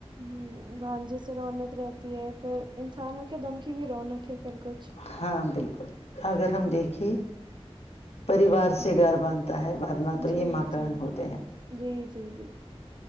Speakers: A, on the right; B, on the left.
A: ہمم بھانجے سے رونق رہتی ہے پھر انسانوں کے دم کی بھی رونق ہے پھر کچھ
B: ہاں بالکل اگر ہم دیکھ کھے پریوار
A: ہ
B: سے گھر باندھتا ہے ورنہ تو
A: جی
B: یہ مکان
A: جی
B: ہوتے ہیں
A: جی جی جی